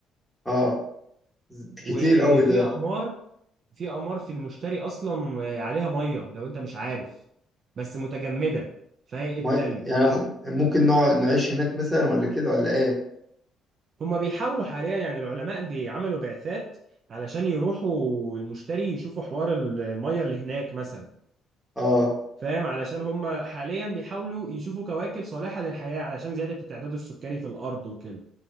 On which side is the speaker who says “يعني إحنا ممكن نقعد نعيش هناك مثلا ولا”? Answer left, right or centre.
Centre